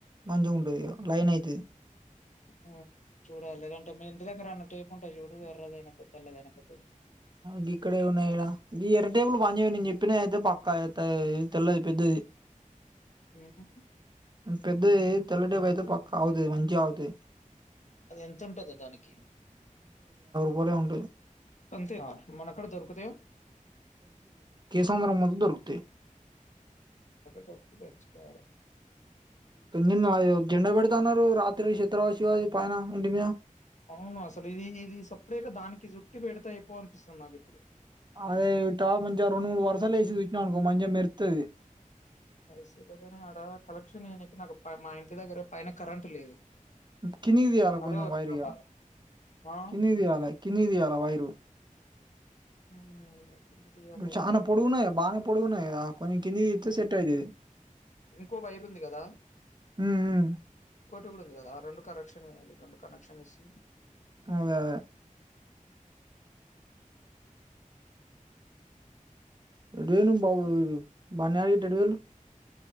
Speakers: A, on the right; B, on the left.
A: మంచిగా ఉంటది ఇగ లైన్ అయితది
B: ఆ చూాడాలి లేదంటే మీ ఇంటి దగ్గర అన్నతో చెప్ప్ ఉంటా చూడు ఎర్రద అయినా పొద్దుా లేద అయినా పొత్తది
A: గిక్కడే ఉన్నాయి ఇడ ఎర్ర టేబులు పని చేయవు నేను చెప్పిన అయితే పక్కా తెల్లది పెద్దది
B: మ్మ్
A: పెద్ద తెల్లటేబ అయితే పక్కా అవుతది మంచిగా అవుతది
B: అది ఎంత ఉంటదో దానికి
A: పోలే ఉంది
B: అంతే మన ఎక్కడ దొరుకుతయ
A: తమ్మరము మందు దొరుకుతయి
B: అత చర్చు తెచ్చుకోవాల
A: నిన్న జెండా పెడుతాన్నారు రాత్రి చిత్రవాసివది పైన ఇంటి మీద
B: అవును అసలు ఇది ఇది సపరేట్గా దానికి జుట్టి పెడితే అయిపో అనిపిస్తది నాకు ఇప్పుడు
A: అదే వి తా మెంజరు నువు వరుసలేసి పెట్టినావనుకో మంచిగా మెరుత్తది
B: సరే గాని అడ కలెక్షన్ ఏ నాకు మా ఇంటి దగ్గర పైన కరెంట్ లేదు
A: కిణీకి దియాల కొంచం
B: అదే వచ్చిన
A: వైరిగా
B: బాధ ఆ
A: కిందికి దియాల కిందికి దియాల వైరు
B: మ్మ్ తీయాలగానే
A: చానా పొడుగున్నాయి బానే పొడుగున్నాయి కదా కొంచెం కిందికి తీత్తే సెట్ అయితది
B: ఇంకో వైరు ఉంది కదా
A: ఉమ్ ఉమ్
B: ఇంకోటి కూడా ఉంది కదా రెండు కరెక్షన్ వేయాలి రెండు కనెక్షన్ ఏసి
A: అదే
B: మ్మ్
A: రెడు వేలు బాబ బిడు బాన రెడు వేలు